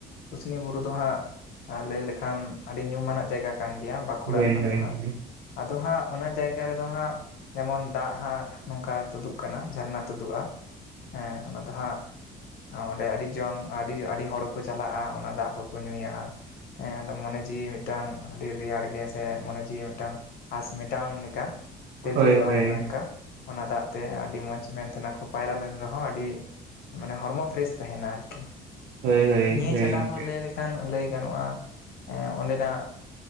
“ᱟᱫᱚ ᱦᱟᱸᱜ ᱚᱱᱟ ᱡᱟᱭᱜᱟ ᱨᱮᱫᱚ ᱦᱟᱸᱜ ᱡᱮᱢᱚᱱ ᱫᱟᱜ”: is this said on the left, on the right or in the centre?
Left